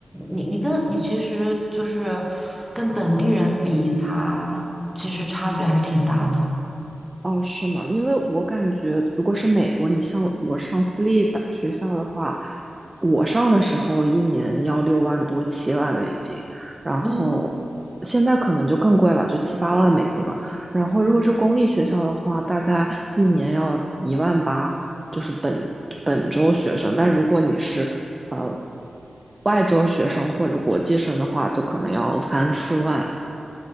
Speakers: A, in the centre; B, on the right.
A: 你你跟你其实就是跟本地人比，他其实差距还是挺大的。
B: 哦，是吗？因为我感觉，如果是美国，你像我上私立大学校的话，我上的时候一年要六万多、七万美金，然后现在可能就更贵了，
A: 嗯，
B: 就七八万美金了。然后如果是公立学校的话，大概一年要一万八，就是本本州学生。但如果你是呃外州学生或者国际生的话，就可能要三四万。